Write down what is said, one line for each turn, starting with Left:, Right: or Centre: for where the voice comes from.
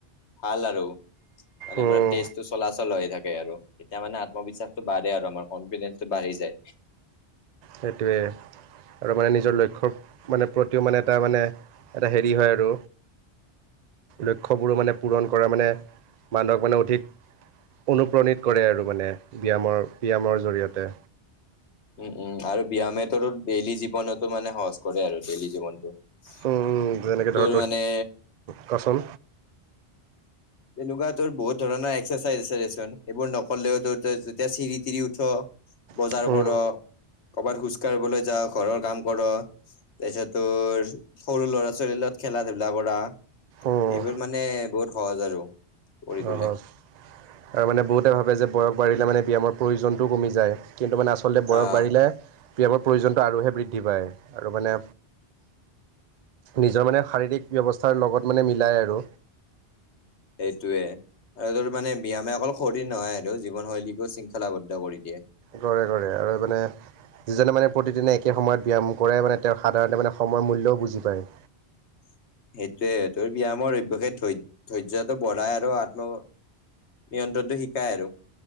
Left: ভাল আৰু। মানে
Right: উম
Left: পুৰা তেজটো চলাচল হৈ থাকে আৰু এতিয়া মানে আত্ম বিশ্বাসটো বাঢ়ে আৰু আমাৰ কনফিডেসটো বাঢ়ি যায়।
Right: সেইটোৱে। আৰু মানে নিজৰ লক্ষ্যৰ মানে প্ৰতিও মানে এটা মানে এটা হেৰি হয় আৰু লক্ষ্যবোৰো মানে পূৰণ কৰা মানে মান্দহক মানে অধিক অনুপ্ৰাণিত কৰে আৰু মানে ব্যায়ামৰ ব্যায়ামৰ জৰিয়তে।
Left: উম উম আৰু ব্যায়ামেতো ডেইলি জীৱনতো মানে সহজ কৰে আৰু ডেইলী জীৱনতটো।
Right: উম যেনেকে ধৰ
Left: তোৰ মানে
Right: ক'চোন?
Left: তেনেকুৱা তোৰ বহুত ধৰণৰ এক্সাৰচাইজ আছে দেচোন সেইবোৰ নকলেও তোৰ যেতিয়া চিৰি তিৰি উ'ঠ বজাৰ
Right: উম
Left: ক'ৰ কৰ'বাত খোজ কঢ়িবলৈ যাও ঘৰৰ কাম ক'ৰ তাৰ পিছতোৰ সৰু ল'ৰা ছোৱালী খেলা ধূলা কৰা
Right: উম
Left: এইবোৰ মানে বহুত সহজ আৰু। কৰি তোলে
Right: অঁ হয় আৰু মানে বহুতে ভাবে যে বয়স বাঢ়িলে মানে ব্যায়ামৰ প্ৰয়োজনটোও কমি যায় কিন্তু মানে আচলতে বয়স
Left: আহ
Right: বাঢ়িলে ব্যয়ামৰ প্ৰয়োজনটো আৰুহে বৃদ্ধি পায় আৰু মানে নিজৰ মানে শাৰীৰিক ব্যৱস্থাৰ লগত মানে মিলাই আৰু।
Left: সেইটোয়ে আৰু তোৰ মানে ব্যামে অকল শৰীৰ নহয় আৰু জীৱন শৈলীকো শৃংখলাবদ্ধ কৰি দিয়ে।
Right: ঘৰে ঘৰে আৰু মানে যিজনে মানে প্ৰতিদিনে একে সময়ত ব্যায়াম কৰাই মানে তেওঁক সাধাৰণতে মানে সময়ৰ মূল্যও বুজি পায়।
Left: <unintelligible> সেইটোয়ে তোৰ ব্যায়ামৰ অভ্যাসে ধৈ ধৈৰ্য্যটো বঢ়াই আৰু আত্ম- নিয়ন্ত্ৰণটো শিকাই আৰু